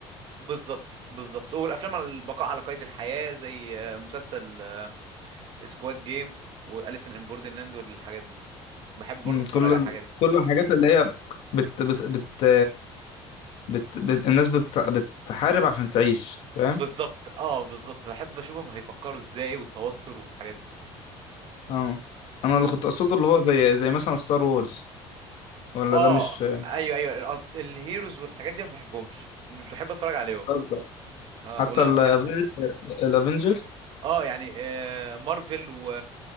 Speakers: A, on the right (about 50°); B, on the left (about 60°).
A: بالظبط بالظبط والافلام على البقاء على قيد الحياة زي آه، مسلسل سكواد جيم واليسن ان بوردرلاند والحاجات دي بحب برضه
B: مم،
A: اتفرج
B: كل
A: على
B: ال-
A: الحاجات دي
B: كل الحاجات اللي هي بت بت بت بت, بت الناس بت بتحارب عشان تعيش فاهم
A: بالظبط اه بالظبط بحب اشوفهم هيفكروا ازاي والتوتر والحاجات
B: اه انا اللي
A: دي
B: كنت اقصده اللي هو زي زي مثلا ستار وورز ولا
A: اه
B: ده مش
A: ايوه ايوه الأب- الهيروز والحاجات دي أنا ما بحبهمش مش بحب اتفرج عليهم
B: قصدك
A: اه
B: حتى
A: ولا بجد
B: الافنجر
A: اه يعني آه مارفل و